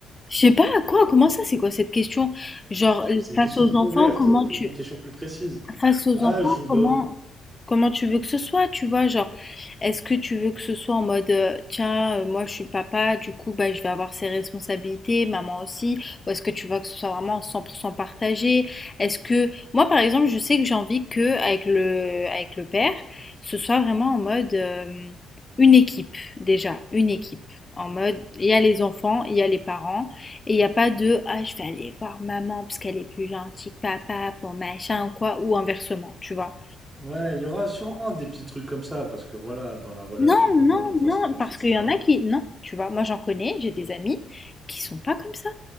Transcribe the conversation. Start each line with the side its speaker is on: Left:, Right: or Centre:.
Left: je sais pas, quoi, comment ça, c'est quoi cette question? Genre,
Right: C'est une
Left: face
Right: question
Left: aux
Right: trop
Left: enfants,
Right: ouverte,
Left: comment
Right: euh, pose-moi
Left: tu...
Right: une question plus précise.
Left: Face aux
Right: Ah,
Left: enfants,
Right: je, bah,
Left: comment... Comment tu veux que ce soit, tu vois, genre, est-ce que tu veux que ce soit en mode, euh, tiens, euh, moi je suis papa, du coup, bah, je vais avoir ses responsabilités, maman aussi, ou est-ce que tu veux que ce soit vraiment 100% partagé? Est-ce que, moi par exemple, je sais que j'ai envie que, avec le, avec le père, ce soit vraiment en mode, euh, une équipe, déjà, une équipe. En mode, il y a les enfants, il y a les parents, et il n'y a pas de, ah, je vais aller voir maman parce qu'elle est plus gentille que papa pour machin ou quoi, ou inversement, tu vois.
Right: ouais, il y aura sûrement des petits trucs comme ça, parce que voilà, dans la relation,
Left: Non, non,
Right: dans notre
Left: non,
Right: façon d'être,
Left: parce
Right: etc.
Left: qu'il y en a qui, non, tu vois, moi j'en connais, j'ai des amis qui sont pas comme ça.